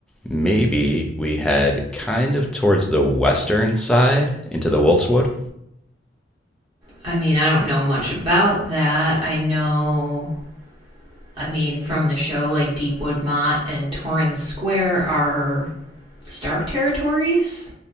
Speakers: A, in the centre; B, on the right.
A: maybe we head kind of towards the western side into the Wolf's Wood.
B: I mean, I don't know much about that. I know, I mean, from the show, like Deepwood Mott and Torrens Square are Stark territories.